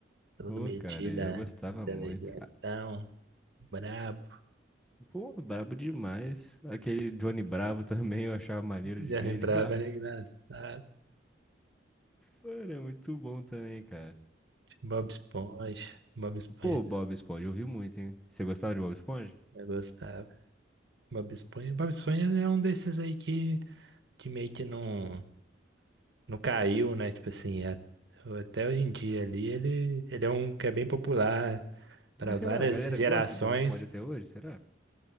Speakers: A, on the right; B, in the centre.
A: Todo
B: Pô,
A: metido,
B: cara, eu
A: né?
B: gostava
A: inteligentão,
B: muito. Ah,
A: brabo.
B: Pô, brabo demais. Aquele Johnny Bravo <laughs> também, eu achava maneiro
A: Já
B: de ver
A: lembrava,
B: ele. <laughs>
A: era engraçado.
B: Pô, era muito bom também, cara.
A: Bob Esponja. Bob Esponja,
B: Pô, Bob Esponja, eu vi muito, hein? Você gostava de Bob Esponja?
A: eu gostava. Bob Esponja. Bob Esponja é um desses aí que, que meio que não, não caiu, né? Tipo assim, a- até hoje em dia ali, ele, ele é um que é bem popular
B: Mas
A: para várias
B: será? A galera
A: gerações.
B: gosta de Bob Esponja até hoje, será?